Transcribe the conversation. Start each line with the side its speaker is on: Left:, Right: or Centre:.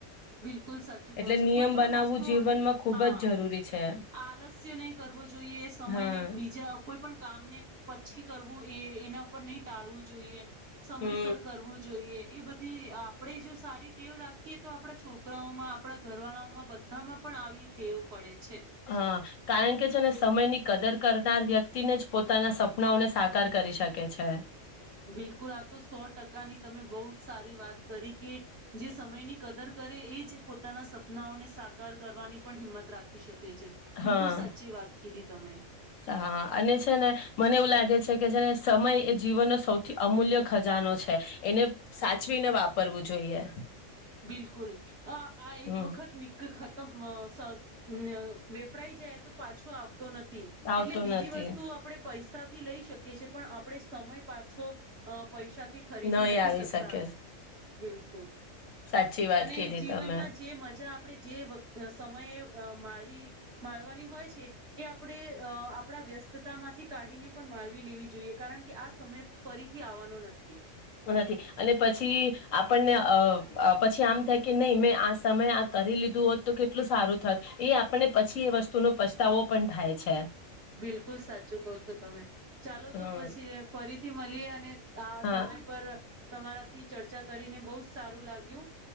Right: બિલકુલ સાચું કહું
Left: એટલે
Right: છું
Left: નિયમ
Right: કોઈ પણ
Left: બનાવવું
Right: વસ્તુઓને
Left: જીવનમાં ખૂબ
Right: હા
Left: જ જરૂરી છે
Right: આલસ્ય નહી કરવો જોઈએ સમયને
Left: હા
Right: બીજા કોઈ પણ કામ ને પછી કરવું એ એના ઉપર નહી ટાળવું જોઈએ. સમયસર
Left: હમ
Right: કરવું જોઈએ. એ બધી આપડણે જો સારી ટેવ રાખીએ તો આ આપણા છોકરાઓમાં આપડા ઘરવાળાઓમાં બધામાં પણ આવી તેવ પડે છે.
Left: હા. કારણ કે જેને સમયની કદર કરનાર વ્યક્તિને જ પોતાના સપનાઓને સાકાર કરી શકે છે.
Right: બિલકુલ આ તો સો ટકાની તમે બહુ જ સારી વાત કરી કે જે સમયની કદર કરે એ જ પોતાના સપનાઓને સાકાર કરવાની પણ હિંમત રાખી શક છે બિલકુલ
Left: હા
Right: સાચી વાત. કીધી તમે.
Left: હા અને છે ને મને એવું લાગે છે કે છેને સમય એ જીવનનો સૌથી અમૂલ્ય ખજાનો છે એને સાચવીને વાપરવું જોઈએ.
Right: બિલકુલ આ
Left: હમ
Right: એક વખત નિ સ ન વેફડાઈ જાય તો પાછો આવ તો નથી
Left: આવતો
Right: એટલે બીજી
Left: નથી
Right: વસ્તુ આપણે પૈસા થી લઈ શકીએ છીએ પણ આપણે સમય પાછો અ પૈસાથી ખરીદી
Left: નહી
Right: નથી
Left: આવી
Right: શકતા.
Left: શકે
Right: બિલકુલ.
Left: સાચી વાત
Right: અને
Left: કીધી
Right: જીવનમાં
Left: તમે
Right: જે મજા આપણે જે સમયે માળવી માળવાની હોય છે એ આપણે આપણા વ્યસ્તતા માંથી કાઢીને પણ માળવી લેવી જોઈએ કારણ કે આ સમય ફરીથી આવવાનો નથી.
Left: નથી અને પછી આપણને પછી આમ થાય કે નહી મેં આ સમયે આ કરી લીધું હોત તો કેટલું સારું થત એ આપણને પછી એ વસ્તુનો પછતાવો પણ થાય છે.
Right: બિલકુલ સાચું કવ છો તમે ચાલો
Left: હમ
Right: તો પછી ફરી થી મળી અને આ
Left: હા
Right: સમય પર તમારા થી ચર્ચા કરીને બહુ જ સારું લાગ્યું